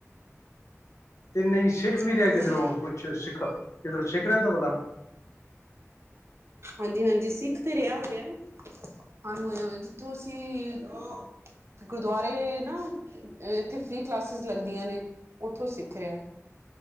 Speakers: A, on the left; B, on the right.
A: ਤੇ ਨਹੀਂ ਸਿੱਖ ਵੀ ਰਿਹਾ
B: ਹੋਰ
A: ਕਿੱਧਰੋਂ ਕੁਛ ਸਿੱਖ ਕਿੱਧਰੋਂ ਸਿੱਖ ਰਿਹਾ ਤਬਲਾ
B: ਹਾਂਜੀ, ਹਾਂਜੀ ਸਿੱਖ ਤੇ ਰਿਹਾ ਹੋਇਆ ਹਾਂ ਉਹੀ ਉਹੀ ਜਿੱਥੋਂ ਅਸੀਂ ਗੁਰਦੁਆਰੇ ਨਾ ਅ ਇੱਥੇ ਫਰੀ ਕਲਾਸਿਸ ਲੱਗਦੀਆਂ ਨੇ ਉੱਥੋਂ ਸਿੱਖ ਰਿਹਾ